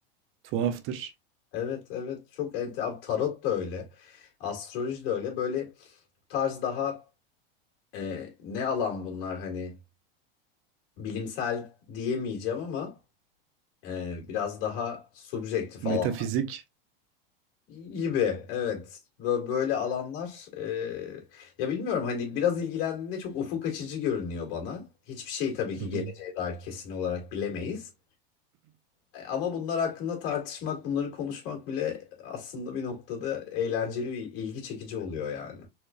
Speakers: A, on the right; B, on the left.
A: Tuhaftır.
B: Evet evet çok ente abi tarot da öyle. Astroloji de öyle. Böyle bu tarz daha e, ne alan bunlar hani bilimsel diyemeyeceğim ama e, biraz daha subjektif
A: Metafizik.
B: alan. Gibi evet Bö- böyle alanlar e, ya bilmiyorum hani biraz ilgilendiğinde çok ufuk açıcı görünüyor bana. Hiçbir şey tabii ki
A: Hı hı.
B: geleceğe dair kesin olarak bilemeyiz. E, Ama bunlar hakkında tartışmak, bunları konuşmak bile aslında bir noktada eğlenceli ilgi çekici oluyor yani.